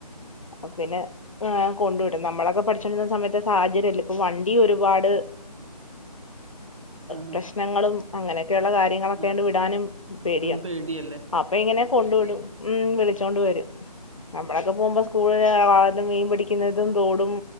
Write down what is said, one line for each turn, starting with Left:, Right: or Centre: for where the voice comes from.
Left: അപ്പൊ പിന്നെ കൊണ്ടു വിടും നമ്മളൊക്കെ പഠിച്ചുക കൊണ്ടിരുന്ന സമയത്ത് സാഹചര്യമല്ല ഇപ്പൊ വണ്ടി ഒരുപാട്
Right: ആഹ്
Left: പ്രശ്നങ്ങളും അങ്ങനെയൊക്കെയുള്ള കാര്യങ്ങളൊക്കെണ്ട്
Right: ആഹ്
Left: വിടാനും പേടിയാണ്
Right: ഉം പേടിയല്ലേ
Left: അപ്പൊ ഇങ്ങനെ കൊണ്ട് വിടും ഉം വിളിച്ചോണ്ട് വരും നമ്മളൊക്കെ പോകുമ്പോ <unintelligible> മീൻ പിടിക്കുന്നതും തോടും